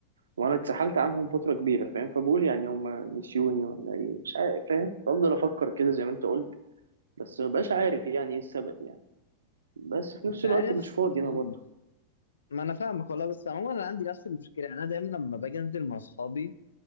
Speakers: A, on the right (about 70°); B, on the left (about 70°).
A: وانا اتسحلت عنهم فتره كبيره فاهم فبقول يعني هم نسيوني ولا ايه مش عارف فاهم بفضل افكر كده زي ما انت قلت بس مبقاش عارف يعني ايه السبب يعني بس في نفس
B: انت
A: الوقت
B: عارف
A: مش فاضي
B: مم،
A: انا برضه
B: ما انا فاهمك والله بس عموما انا عندي نفس المشكلة انا دايما لما باجي انزل مع اصحابي